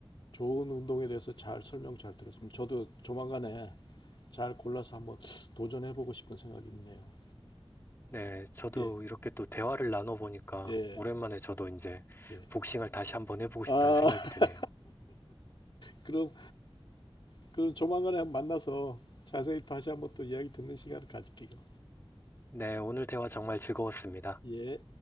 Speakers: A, on the left; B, on the left.
A: 좋은 운동에 대해서 잘 설명 잘 들었습니다. 저도 조만간에 잘 골라서 한번 도전해보고 싶은 생각이 있네요.
B: 네, 저도
A: 예,
B: 이렇게 또 대화를 나눠보니까
A: 예,
B: 오랜만에 저도 이제
A: 예.
B: 복싱을 다시 한번 해보고
A: 아,
B: 싶다는 생각이 드네요.
A: <laughs> 그럼 그럼 조만간에 한번 만나서 자세히 다시 한번 또 이야기 듣는 시간을 가질게요.
B: 네, 오늘 대화 정말 즐거웠습니다.
A: 예.